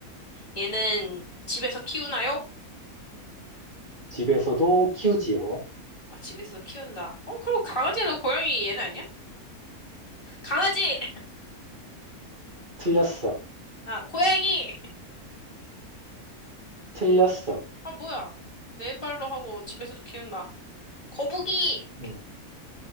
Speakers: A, on the left; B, on the right.
A: 얘는 집에서 키우나요?
B: 집에서도 키우지요.
A: 아, 집에서 키운다. 어, 그럼 강아지나 고양이 얘는 아니야? 강아지!
B: 틀렸어.
A: 아, 고양이!
B: 틀렸어.
A: 아, 뭐야. 네 발로 하고 집에서도 키운다. 거북이!
B: 음,